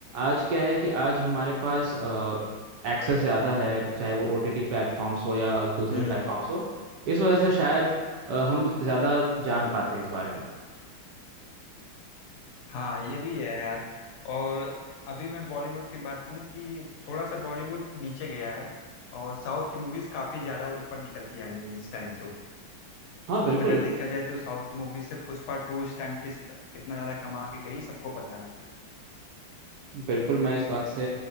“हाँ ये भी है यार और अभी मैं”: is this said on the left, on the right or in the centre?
Left